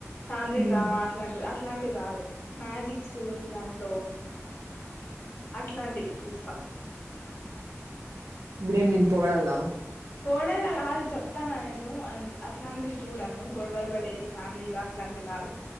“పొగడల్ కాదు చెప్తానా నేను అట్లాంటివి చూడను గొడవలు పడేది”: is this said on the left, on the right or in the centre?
Left